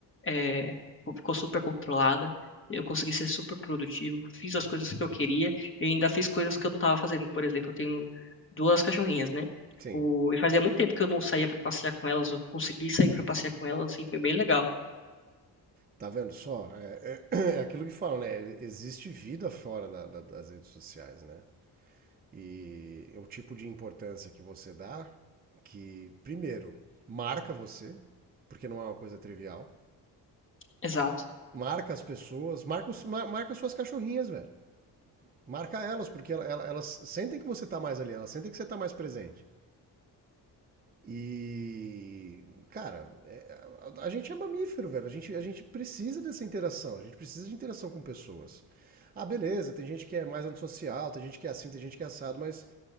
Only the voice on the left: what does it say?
é, ficou super controlada. Eu consegui ser super produtivo, fiz as coisas que eu queria e ainda fiz coisas que eu não estava fazendo. Por exemplo, eu tenho duas cachorrinhas, né?
Tipo, e fazia muito tempo que eu não saía para passear com elas, eu consegui sair para passear com elas, assim, foi bem legal.
Exato.